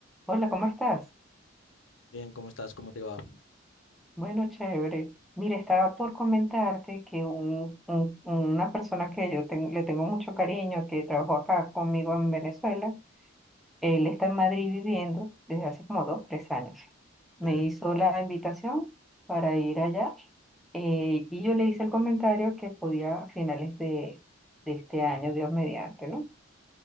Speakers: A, in the centre; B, on the left.
A: Hola, ¿cómo estás?
B: Bien, ¿cómo estás? ¿Cómo te va?
A: Bueno, chévere. Mira, estaba por comentarte que un- un- una persona que yo ten- le tengo mucho cariño, que trabajó acá conmigo en Venezuela, él está en Madrid viviendo desde hace como dos, tres años. Me
B: Sí.
A: hizo la invitación para ir allá eh, y yo le hice el comentario que podía a finales de, de este año, Dios mediante, ¿no?